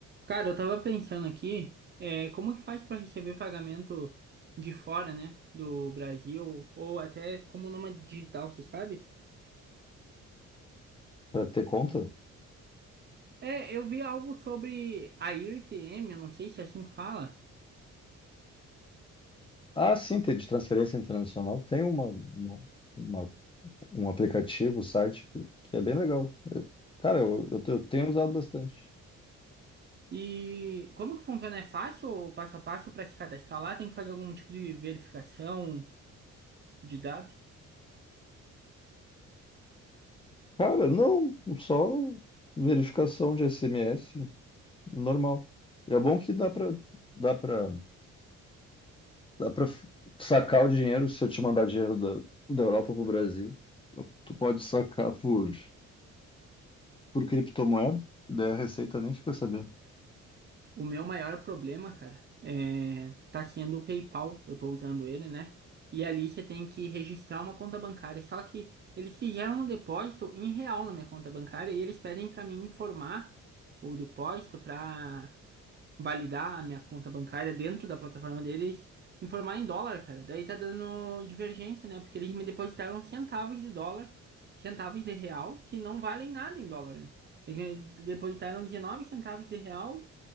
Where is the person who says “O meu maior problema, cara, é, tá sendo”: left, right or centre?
Right